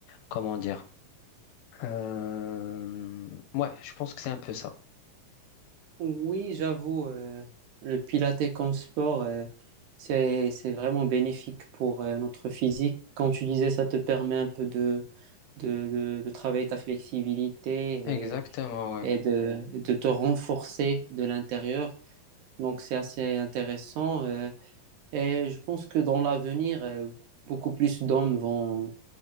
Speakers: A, on the left; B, on the right.
A: comment dire, euh, Ouais, je pense que c'est un peu ça.
B: Oui, j'avoue, euh, le pilates comme sport, euh, c'est, c'est vraiment bénéfique pour euh, notre physique. Comme tu disais, ça te permet un peu de, de, de- de travailler ta flexibilité
A: Exactement,
B: et,
A: ouais.
B: et de, de te renforcer de l'intérieur. Donc, c'est assez intéressant. euh, et je pense que dans l'avenir, euh, beaucoup plus d'hommes vont,